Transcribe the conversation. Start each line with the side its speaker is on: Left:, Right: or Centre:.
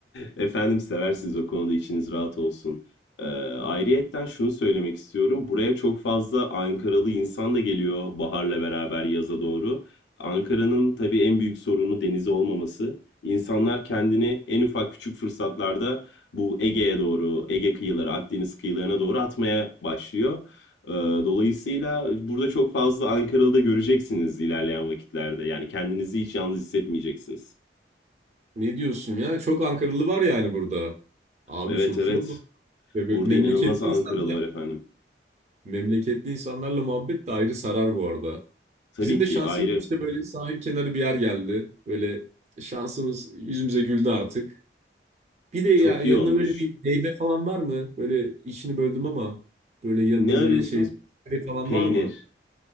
Left: Efendim seversiniz o konuda içiniz rahat olsun. Ee, ayrıyetten şunu söylemek istiyorum. Buraya çok fazla Ankaralı insan da geliyor baharla beraber yaza doğru. Ankara'nın tabii en büyük sorunu denizi olmaması. İnsanlar kendini en ufak küçük fırsatlarda bu Ege'ye doğru, Ege kıyıları, Akdeniz kıyılarına doğru atmaya başlıyor. Ee, dolayısıyla burada çok fazla Ankaralı da göreceksiniz ilerleyen vakitlerde. Yani kendinizi hiç yalnız hissetmeyeceksiniz.
Right: Ne diyorsun ya? Çok Ankaralı var yani burada. Abi
Left: Evet
Right: çok
Left: evet.
Right: iyi oldu. Ve böyle
Left: Burada
Right: Memleketli
Left: inanılmaz Ankaralı
Right: insanlar,
Left: var efendim.
Right: memleketli insanlarla muhabbet de ayrı sarar bu arada.
Left: Tabii
Right: Bizim
Left: ki
Right: de şansımız
Left: ayrı.
Right: işte böyle sahil kenarı bir yer geldi. Böyle şansımız yüzümüze güldü artık. Bir de ya
Left: Çok
Right: yanına
Left: iyi olmuş.
Right: böyle bir meyve falan var mı? Böyle işini böldüm ama böyle yanına
Left: Ne arıyorsunuz?
Right: böyle şey raspberry falan
Left: Peynir.
Right: var mı?